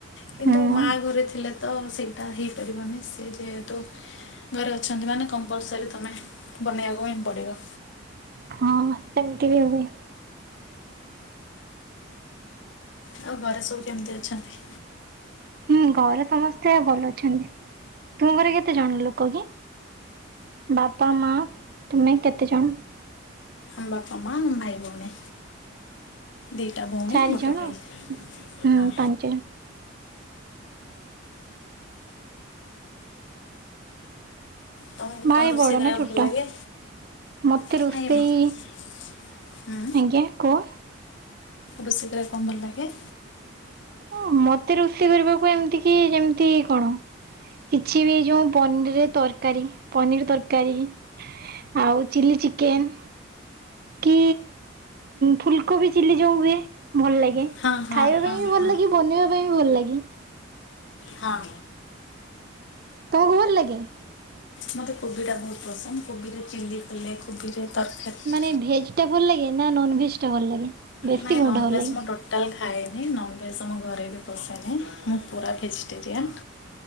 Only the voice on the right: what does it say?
ହୁଁ
ହଁ ହଁ ସେମିତି ବି ହୁଏ।
ହୁଁ ଘରେ ସମସ୍ତେ ଭଲ ଅଛନ୍ତି। ତୁମ ଘରେ କେତେ ଜଣ ଲୋକ କି? ବାପା ମା ତୁମେ କେତେ ଜଣ?
ଚାରି
ଜଣ
ହୁଁ
ପାଞ୍ଚ ଜଣ
ଭାଇ
ବଡ଼
ନା ଛୋଟ
ମୋତେ
ରୋଷେଇ
ଆଜ୍ଞା କୁହ?
ହଁ ମତେ ରୋଷେଇ କରିବାକୁ ଏମିତି କି ଯେମିତି କଣ କିଛି ବି ଯୋଉ ପନିରରେ ତରକାରୀ ପନିର ତରକାରୀ। ଆଉ ଚିଲି ଚିକେନ। କି ଫୁଲକୋବି ଚିଲି ଯୋଉ ହୁଏ ଭଲ ଲାଗେ।
ଖାଇବା ପାଇଁ
ବି ଭଲ
ଲାଗି ବନେଇବା ପାଇଁ ବି ଭଲ ଲାଗେ।
ତମକୁ ଭଲ ଲାଗେ?
ଏ ଭେଜଟା ଭଲ ଲାଗେ ନା, ନନ ଭେଜଟା ଭଲ ଲାଗେ ବେଶୀ
କଉଟା
ଭଲ ଲାଗେ?